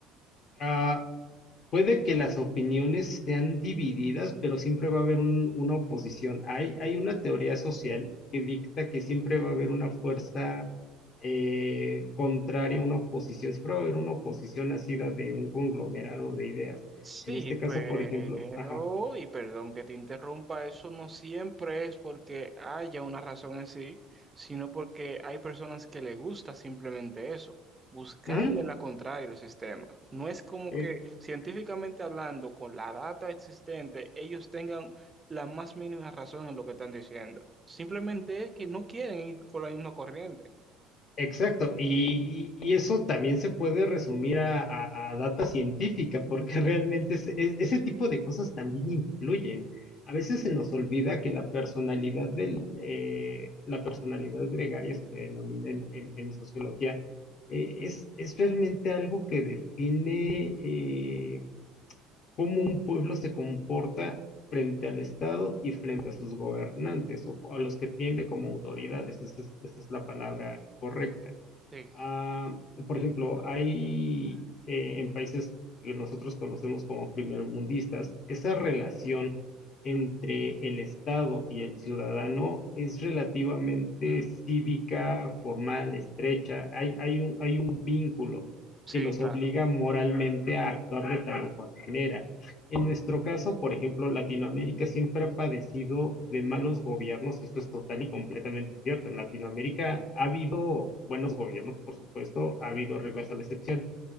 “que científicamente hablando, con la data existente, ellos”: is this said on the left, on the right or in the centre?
Right